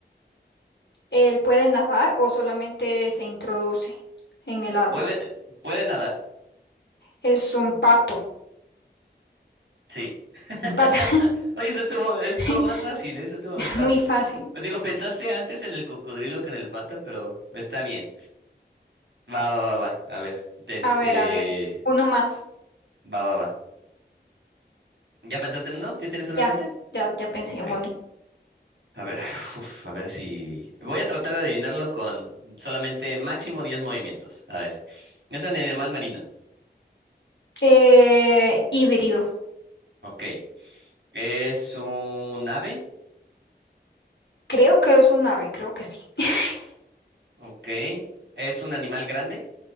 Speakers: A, on the left (about 75°); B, on the right (about 85°).
A: ¿él puede nadar o solamente se introduce en el agua?
B: ¿Puede, puede nadar?
A: Es un pato.
B: Sí. <laughs>
A: Un pato.
B: Oye, eso estuvo, eso
A: <laughs>
B: estuvo más fácil, ¿eh? Eso estuvo más fácil.
A: Muy fácil.
B: Pues Digo, pensaste antes en el cocodrilo que en el pato, pero está bien. Va, va, va, va. A ver, de este...
A: A ver, a ver. Uno más.
B: Va, va, va. ¿Ya pensaste en uno? ¿Ya tienes uno
A: Ya,
B: en mente?
A: ya, ya pensé
B: Ok.
A: en uno.
B: A ver, <laughs> uf, a ver si... Voy a tratar de adivinarlo con solamente máximo 10 movimientos. A ver. Es un animal marino.
A: Eh, híbrido.
B: Ok. ¿Es un ave?
A: Creo que es un ave, creo que sí. <laughs>
B: Ok. ¿Es un animal grande?